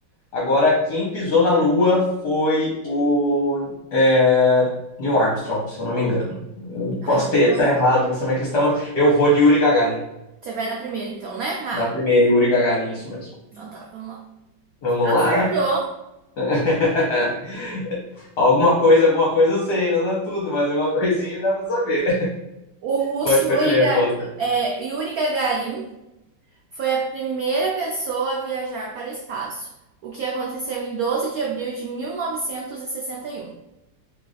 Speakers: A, on the left; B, on the right.
A: Agora, quem pisou na Lua foi o é, Neil Armstrong, se eu não me engano. Eu
B: Tá,
A: posso
B: então,
A: ter tá errado nessa minha questão, mas eu vou de Yuri Gagarin.
B: você vai na primeira, então, né? Na
A: Na
B: A.
A: primeira, Yuri Gagarin, isso mesmo.
B: Então tá, vamos lá.
A: Vamos
B: Acertou.
A: lá. <laughs> Alguma coisa, alguma coisa eu sei, não dá tudo, mas alguma coisinha dá pra saber.
B: O
A: Pode,
B: russo Yuri,
A: pode ler
B: Gag-
A: a resposta.
B: é, Yuri Gagarin. Foi a primeira pessoa a viajar para o espaço, o que aconteceu em 12 de abril de mil novecentos e e sessenta e um.